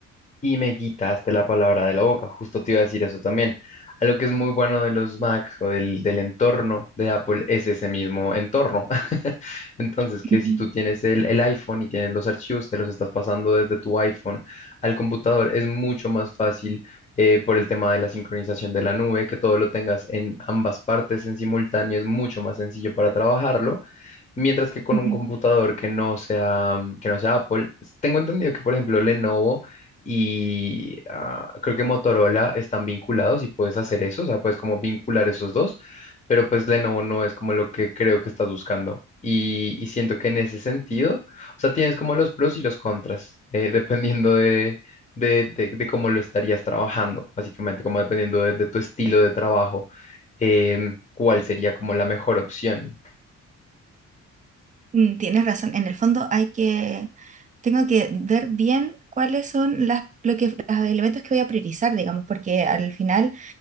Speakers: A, on the left; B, on the right.
A: Y me quitaste la palabra de la boca, justo te iba a decir eso también. Algo que es muy bueno de los Mac o del, del entorno de Apple es ese mismo entorno. <laughs> Entonces, que
B: Ujú,
A: si tú tienes el, el iPhone y tienes los archivos, te los estás pasando desde tu iPhone al computador, es mucho más fácil eh, por el tema de la sincronización de la nube, que todo lo tengas en ambas partes en simultáneo, es mucho más sencillo para trabajarlo Mientras que con
B: ujú.
A: un computador que no sea, que no sea Apple, tengo entendido que, por ejemplo, Lenovo y ah, creo que Motorola están vinculados y puedes hacer eso, o sea, puedes como vincular esos dos, pero pues Lenovo no es como lo que creo que estás buscando. Y, y siento que en ese sentido, o sea, tienes como los pros y los contras, eh, <laughs> dependiendo de, de, de- de cómo lo estarías trabajando, básicamente, como dependiendo de, de tu estilo de trabajo, em, cuál sería como la mejor opción.
B: Mm, Tienes razón, en el fondo hay que, tengo que ver bien cuáles son las, lo que, los elementos que voy a priorizar, digamos, porque al final